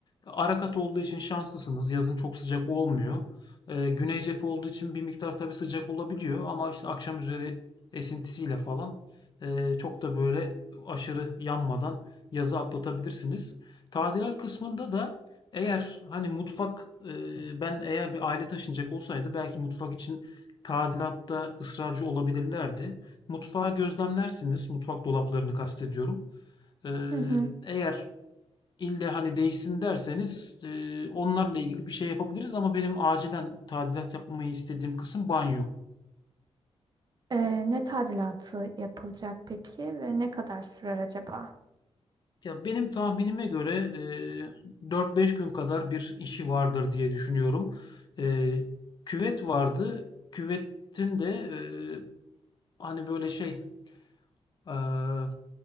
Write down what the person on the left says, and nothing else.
Arakat olduğu için şanslısınız. Yazın çok sıcak olmuyor. Ee, güney cephe olduğu için bir miktar tabii sıcak olabiliyor ama işte akşam üzeri esintisiyle falan e, çok da böyle aşırı yanmadan yazı atlatabilirsiniz. Tadilat kısmında da eğer hani mutfak e, ben eğer bir aile taşınacak olsaydı belki mutfak için tadilatta ısrarcı olabilirlerdi. Mutfağı gözlemlersiniz. Mutfak dolaplarını kastediyorum. Ee,
eğer İlle hani değişsin derseniz, eee, onlarla ilgili bir şey yapabiliriz ama benim acilen tadilat yapmayı istediğim kısım banyo.
Ya benim tahminime göre eee 4-5 gün kadar bir işi vardır diye düşünüyorum. Eee, küvet vardı. Küvetin de eee, hani böyle şey eee